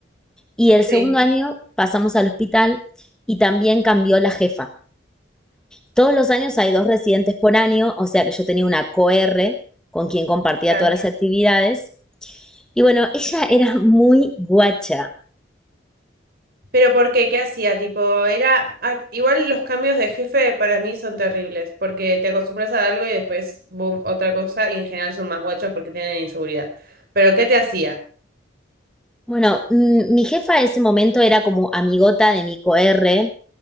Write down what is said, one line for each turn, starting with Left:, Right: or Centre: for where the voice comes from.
Centre: Y el segundo
Right: Sí,
Centre: año pasamos al hospital y también cambió la jefa. Todos los años hay dos residentes por año, o sea que yo tenía una co-r con quien compartía
Right: claro.
Centre: todas las actividades. Y bueno, ella era muy guacha.
Right: Pero ¿por qué? ¿Qué hacía? Tipo, era... ay, igual los cambios de jefe para mí son terribles, porque te acostumbras a algo y después, boom, otra cosa, y en general son más guachos porque tienen inseguridad. Pero ¿qué te hacía?
Centre: Bueno, mm, mi jefa en ese momento era como amigota de mi co-r.